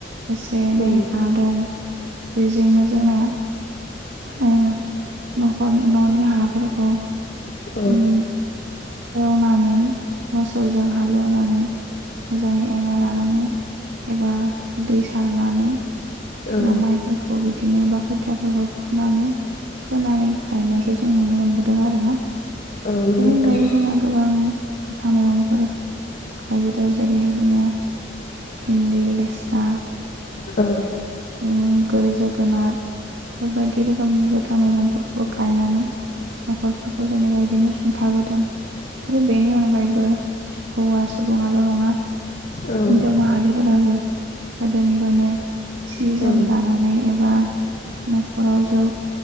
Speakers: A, on the right (about 75°); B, on the left (about 50°).
A: एसे एनै
B: औ
A: हा दं बेजोंनो जोंना ओ नखर न'नि हाफोरखौ
B: औ
A: ओम एवनानै मोसौजों हालेवनानै मोजाङै एवना लानानै एबा दै सारनानै जोंना
B: नंगौ नोंथां
A: माइफोरखौ बिदिनो बा खोथियाफोरखौ फुनानै फोनानै गायनायखौ जों नुनो मोनबोदों आरोना।
B: <inaudible>
A: बेनि अनगायैबो जोंहा गोबां गोथां मैगंफोर गायबोदों जेरैहाय जोङो भिन्दी लेस्रा
B: औ
A: ओ जोगोनार बेबायदि रोखोमनि गोथां मैगंफोरखौबो गायनानै न'खरफोरखौ जेनेबा बिदिनो सुंथाबोदों आरो बेनि अनगायैबो हौवा सुबुंआल' नङा
B: औ
A: हिनजाव माहारिफोराबो गोदोनिफ्रायनो सि जोम
B: औ
A: दानानै एबा न'खराव जौ